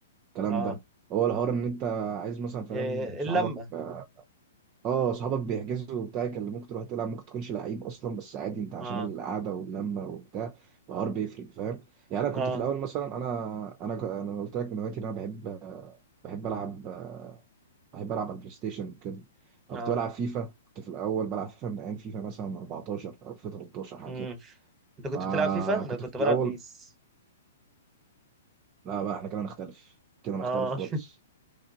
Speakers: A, on the right; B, on the right.
A: الكلام
B: اه
A: ده هو الحوار ان انت عايز مثلا فاهم
B: إيه
A: صحابك
B: اللمة
A: آه، اه صحابك بيحجزوا وبتاع يكلموك تروح تلعب ممكن تكونش لعيب اصلا بس عادي انت عشان
B: اه
A: القعده واللمه وبتاع الحوار بيفرق فاهم يعني انا
B: اه
A: كنت في الاول مثلا انا انا ك- انا قلت لك من هوايتي ان انا بحب بحب العب آه، بحب العب على البلاي ستيشن كده او
B: اه
A: كنت بلعب فيفا كنت في الاول بلعب فيفا من ايام فيفا مثلا 14 او فيفا 13 حاجه
B: امم
A: كده
B: انت
A: فكنت
B: كنت بتلعب فيفا انا كنت
A: في
B: بلعب
A: الاول
B: بيس
A: لا بقى احنا كده نختلف كده نختلف
B: اه
A: خالص